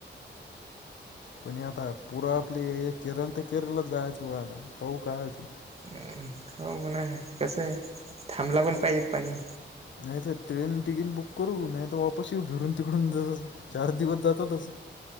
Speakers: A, on the left; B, on the right.
A: पण आता पुूरा आपली ए केरळ तर केरळच जायच आता पाह काय त
B: ह हो म्हणा कसं आहे थांबला पण पाहिजेत पाणी
A: नाही तरर ट्रेन तिकीट बुक करू नाही तर वापस येऊ भिरून तिकडून ज चार दिवस जातातच